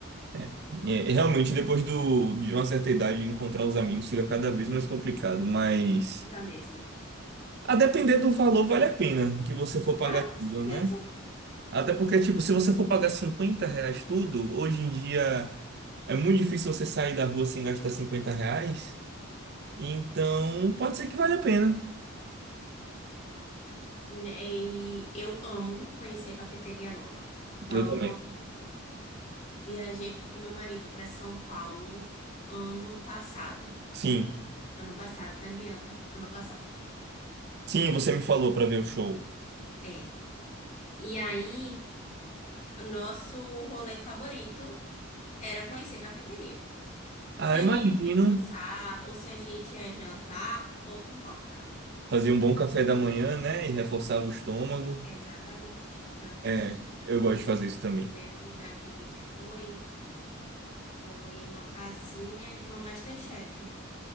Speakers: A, on the right (about 50°); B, on the left (about 35°).
A: É, é, realmente, depois do, de uma certa idade, encontrar os amigos fica cada vez mais complicado, mas
B: Fica mesmo.
A: a depender do valor, vale a pena que você for pagar
B: Ah, com
A: tudo,
B: certeza.
A: né? Até porque, tipo, se você for pagar 50 reais tudo, hoje em dia é muito difícil você sair da rua sem gastar 50 reais. Então, pode ser que vale a pena.
B: E eu amo conhecer cafeteria nova. Amo,
A: Eu também.
B: amo, amo. Viajei com meu marido para São Paulo ano passado.
A: Sim.
B: Ano passado, né, Bianca? Ano passado.
A: Sim, você me falou para ver o show.
B: É. E aí, nosso rolê favorito era conhecer cafeteria.
A: Ah,
B: Se a
A: imagino.
B: gente ia almoçar ou se a gente ia jantar, pouco importava.
A: Fazia um bom
B: O
A: café da manhã, né? E reforçava o estômago.
B: Exatamente. Tanto
A: É,
B: que
A: eu gosto de fazer isso também.
B: o primeiro lugar que a gente foi foi uma casinha de uma MasterChef.